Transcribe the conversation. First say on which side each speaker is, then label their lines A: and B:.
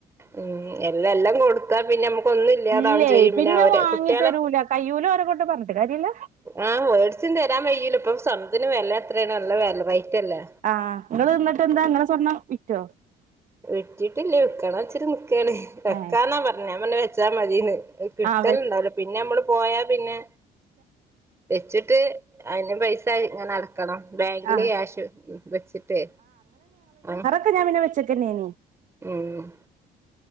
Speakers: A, on the right; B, on the right.
A: ഉം എല്ലാ എല്ലാം കൊടുത്താ പിന്നെ ഒന്നും ഇല്ലാതാവും
B: ഇല്ലേ
A: ചെയ്യും
B: പിന്നെ
A: അവര്
B: വാങ്ങിതരൂല
A: കുട്ടികളെ
B: കയ്യൂല ഓരെ കൊണ്ട് പറഞ്ഞിട്ട് കാര്യ ഇല്ല
A: ആഹ് വേഡ്സും തരാൻ കൈയൂല ഇപ്പ സ്വർണത്തിന് വില എത്രാണ് നല്ല വെല റെയിറ്റല്ലേ
B: ആഹ് നിങ്ങള് ന്നിട്ട് എന്താ ഇങ്ങളെ സ്വർണ്ണം വിറ്റോ
A: വിറ്റിട്ടില്ല വിക്കണ ഇച്ചിരി നിക്കാണ് വെക്കാന്നാ
B: ഏഹ്
A: പറഞ്ഞേ ഞാൻ പറഞ്ഞ് വെച്ചാ മതീന്ന് കിട്ടൽണ്ടാവില്ല
B: ആഹ് വെ
A: പിന്നെ നമ്മള് പോയാ പിന്നെ വെച്ചിട്ട് അയിന് പൈ <unintelligible> ഇങ്ങനടക്കണം ബാങ്കില്
B: ആഹ്
A: ക്യാഷ് വെച്ചിട്ടേ ആഹ്
B: ഇപ്പം ഞാൻ പിന്നെ വെച്ചേക്കന്നെ നീ
A: ഉം